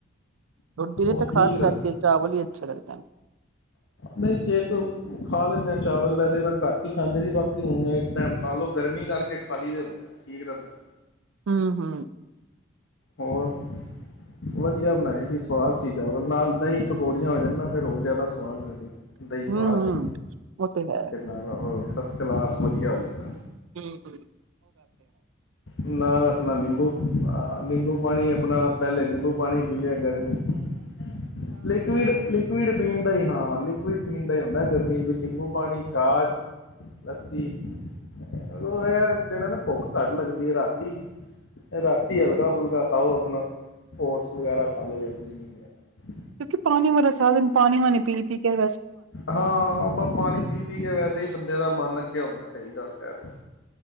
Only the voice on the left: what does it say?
ਉਹ
ਠੀਕ ਰਹਿੰਦਾ
ਨਹੀਂ ਕੇਕ ਖਾ ਲੈਂਦੇ ਆ ਚਾਵਲ ਵੈਸੇ ਮੈਂ ਘੱਟ ਹੀ ਖਾਂਦੇ ਸੀ, ਬਾਕੀ ਹੁਣ ਇੱਕ ਟੈਮ ਖਾ ਲਓ ਗਰਮੀ ਕਰਕੇ ਖਾ ਲਈ ਦੇ ਹੁੰਦੇ ਠੀਕ ਰਹਿੰਦਾ।
ਹੋਰ ਵਧੀਆ ਬਣਾਏ ਸੀ ਸਵਾਦ ਸੀ। ਚਾਵਲ ਨਾਲ ਦਹੀਂ, ਪਕੌੜੀਆਂ ਹੋ ਜਾਣ ਨਾ ਫਿਰ ਉਹ ਜ਼ਿਆਦਾ ਸਵਾਦ ਲੱਗਦੇ ਨੇ। ਦਹੀਂ
ਪਾ
ਕੇ
ਨਾਲ ਉਹ ਫਸਟ ਕਲਾਸ ਵਧੀਆ ਹੋ ਜਾਂਦਾ ਏ।
ਨਾਲ ਆਪਣਾ ਨਿੰਬੂ ਅਹ ਨਿੰਬੂ ਪਾਣੀ ਆਪਣਾ ਪਹਿਲੇ ਨਿੰਬੂ ਪਾਣੀ ਪੀ ਰਿਹਾ ਗਰਮੀ <inaudible> ਲੀਕੁਈਡ ਲੀਕੁਈਡ ਪੀਣ ਦਾ ਹੀ ਹਾਂ ਲੀਕੁਈਡ ਪੀਣ ਦਾ ਹੀ ਹੁੰਦਾ ਗਰਮੀ ਵਿੱਚ ਨਿੰਬੂ ਪਾਣੀ। ਛਾਜ ਲੱਸੀ ਉਹ <unintelligible> ਜੇੜਾ ਨਾ ਭੁੱਖ ਘਟ ਲੱਗਦੀ ਏ ਰਾਤੀ। ਰਾਤੀ ਹਲਕਾ ਫੁਲਕਾ ਖਾਓ ਅਪਣਾ, ਓਟਸ ਵਗੈਰਾ ਖਾ ਲੋ ਯਾ ਜਿਵੇ ਵੀ ਹੈਗਾ।
ਹਾਂ ਬਾ ਪਾਣੀ ਪੀ ਪੀ ਕੇ ਵੈਸੇ ਹੀ ਬੰਦੇ ਦਾ ਮਨ ਅਕਿਆ ਹੁੰਦੈ। ਸਹੀ ਗਲ ਏ।